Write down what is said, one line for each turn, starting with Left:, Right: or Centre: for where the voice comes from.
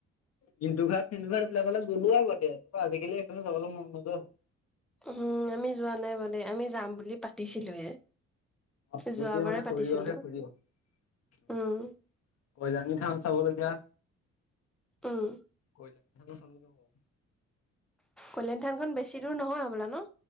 Left: কিন্তু ঘাট। ইনুভাৰ ব্লগলে গলোৱা আগতে আজিকালি সেইণে চব মন নজোৱা হ'ল। <unintelligible>
Centre: উম আমি যোৱা নাই মানে আমি যাম বুলি পাতিছিলোহে
Left: অ গোটেই
Centre: যোৱাবাৰে
Left: মানে
Centre: পাতিছিলো
Left: সৰিয়হে সৰিয়হ
Centre: উম
Left: অজানি থা চাবলগীয়া
Centre: উম
Left: কলা চল যাব <unintelligible>
Centre: কল্যাণ থানখন বেছি দূৰ নহয় হ'বলা ন।